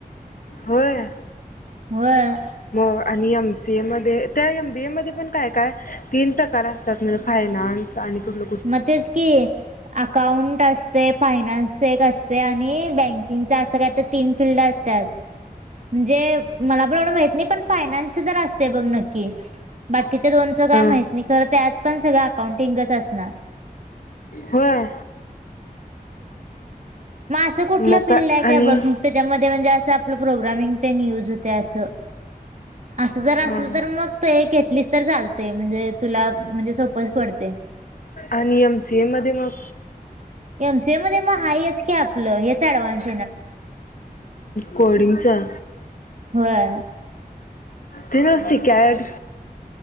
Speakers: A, on the left (about 65°); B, on the right (about 50°).
A: होय.
B: व्हयं.
A: म आणि एम सी ए मध्ये, त्या एम बी ए मध्ये पण काय काय तीन प्रकार असं त्यातल ज फायनान्स आणि कुटल.
B: मगतेच कि अकाउंट असते फायनान्स च एक असतय आणि बँकिंगच असं काय तर तीन फिल्ड असत्यांत. म्हणजे मला पण एवढं माहीत नाही पण फायनान्स तर असते बघ नक्की. बाकीच्या दोनचं काय
A: हां
B: माहित नाही, खरं त्यात पण सगळं अकाउंटिंगच असणार.
A: होय!
B: म असं कुठलं
A: मग
B: फिल्ड
A: का
B: आहे
A: आणि
B: काय बघ त्याच्यामध्ये म्हणजे असं आपलं प्रोग्रामिंग तेन यूज होतय असं. असं जर असलं
A: हां
B: तर मग तू ये घेतलीसं तर चालतय म्हणजे तुला सोप्प पच पडतेय.
A: आणि एम सी ए मध्ये मग.
B: एम सी ए मध्ये म हायेच की आपलं हेच अडव्हान्स.
A: कोडिंगच्या.
B: होय
A: ते ना सिकॅड.